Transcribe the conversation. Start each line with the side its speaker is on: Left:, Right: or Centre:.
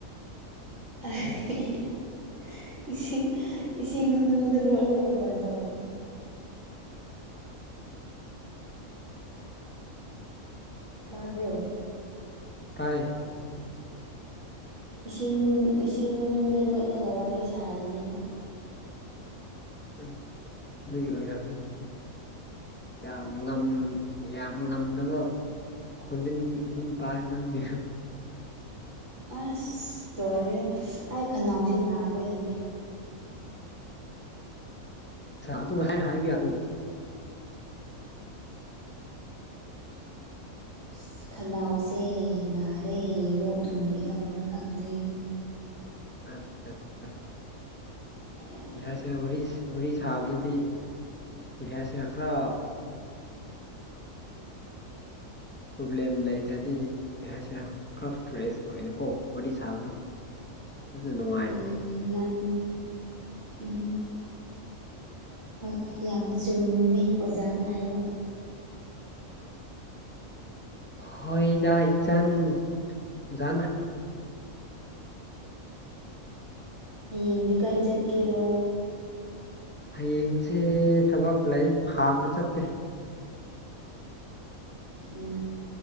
Right: ꯑ ꯏꯁꯤꯡ ꯏꯁꯤꯡ ꯃꯅꯨꯡꯗꯅꯨꯡꯗ ꯂꯣꯠꯂꯒ ꯐꯣꯟ ꯇꯧꯔꯤꯅꯤ ꯇꯥꯕ꯭ꯔꯣ
Left: ꯇꯥꯏꯌꯦ
Right: ꯏꯁꯤꯡ ꯏꯁꯤꯡ ꯃꯅꯨꯡꯗ ꯂꯣꯠꯂꯒ ꯋꯥꯔꯤ ꯁꯥꯔꯤꯅꯦꯕ
Left: ꯎ ꯑꯗꯨꯗꯒꯤ ꯑꯣꯏꯔꯅꯤ ꯌꯥꯝ ꯌꯥꯝ ꯉꯝꯗꯕ ꯈꯣꯟꯖꯤꯟ ꯑꯗꯨꯝ ꯇꯥꯏ ꯅꯪꯒꯤ
Right: ꯑꯁ ꯇꯣꯏꯔ ꯑꯩ ꯈꯅꯥꯎꯁꯦ ꯅꯥꯕꯒꯤꯅꯦꯕ
Left: ꯑ ꯑꯗꯨꯒ ꯉꯁꯥꯏ ꯍꯥꯏꯕꯤ ꯌꯥꯔꯣ
Right: ꯑꯁ ꯈꯅꯥꯎꯁꯦ ꯅꯥꯔꯦ ꯂꯣꯛ ꯊꯨꯡꯒꯦ ꯇꯧꯕ꯭ꯔꯥ ꯈꯪꯗꯦ
Left: ꯑꯆꯥ ꯑꯆꯥ
Right: <unintelligible>
Left: ꯄꯩꯁꯥꯁꯤꯅ ꯋꯥꯔꯤ ꯋꯥꯔꯤꯔꯤ ꯁꯥꯕꯗꯗꯤ ꯄꯩꯁꯥꯁꯤꯅ ꯈꯔ ꯄ꯭ꯔꯣꯕ꯭ꯂꯦꯝ ꯂꯩꯇ꯭ꯔꯗꯤ ꯀꯩ ꯍꯥꯏꯁꯤꯔꯥ ꯈꯔ ꯐ꯭ꯔꯦꯁ ꯑꯣꯏꯅꯅ ꯀꯣ ꯄꯗꯤ ꯁꯥꯕꯗ
Right: <unintelligible>
Left: ꯑꯗꯨꯗ ꯅꯨꯡꯉꯥꯏꯕꯅꯤ
Right: ꯎꯝ ꯃꯥꯅꯤ ꯎꯝ ꯍꯣꯏ ꯌꯥꯝ ꯆꯨꯝꯃꯦ ꯑꯣꯖꯥꯅ ꯍꯥꯏꯕ
Left: ꯍꯣꯏꯗ ꯏꯆꯟ ꯖꯅꯤ
Right: ꯍꯌꯦꯡꯗꯤ ꯀꯥꯏ ꯆꯠꯀꯦꯔꯣ
Left: ꯍꯌꯦꯡꯁꯤ ꯊꯕꯛ ꯂꯩ ꯐꯥꯝꯗ ꯆꯠꯀꯦ
Right: ꯎ